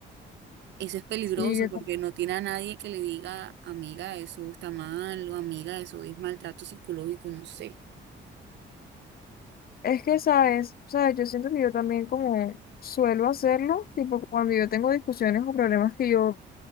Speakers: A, on the right; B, on the left.
A: Eso es peligroso
B: Sí, yo
A: porque no tiene a nadie que le diga, amiga, eso está mal, o amiga, eso es maltrato psicológico, no sé.
B: Es que, ¿sabes? ¿Sabes? Yo siento que yo también como suelo hacerlo, tipo cuando yo tengo discusiones o problemas que yo